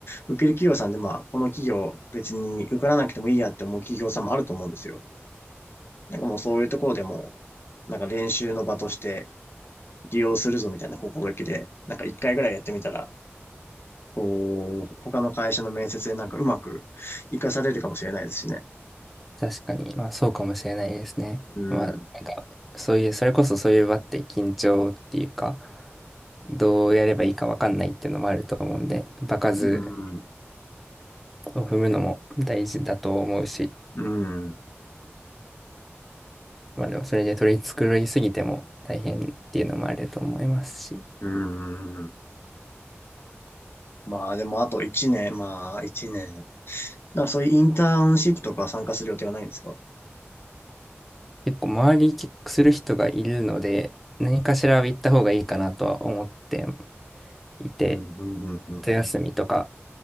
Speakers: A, on the left; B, in the centre.
A: 受ける企業さんでまあ、この企業別に受からなくてもいいやって思う企業さんもあると思うんですよ。なんかもうそういうところでも、なんか練習の場として利用するぞみたいな心意気で、なんか一回ぐらいやってみたら、こう、他の会社の面接でなんかうまく活かされるかもしれないですしね。
B: 確かに、まあそうかもしれないですね。
A: うん、
B: まあなんか、そういう、それこそそういう場って緊張っていうか、どうやればいいかわかんないっていうのもあると思うんで、場数
A: うん、
B: を踏むのも大事だと思うし、
A: うん、
B: まあでもそれで取り繕いすぎても大変っていうのもあると思いますし、
A: うん。まあでもあと1年、まあ1年。だからそういうインターンシップとか参加する予定はないんですか
B: 結構周りキックする人がいるので、何かしらは言った方がいいかなとは思っていて、
A: うん、うん、うん、
B: 夏休みとか
A: う